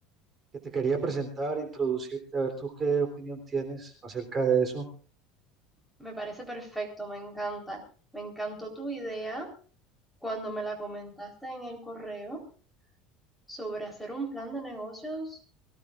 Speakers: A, on the right; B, in the centre.
A: que te quería presentar, introducirte, a ver tú qué opinión tienes acerca de eso.
B: Me parece perfecto, me encanta. Me encantó tu idea cuando me la comentaste en el correo sobre hacer un plan de negocios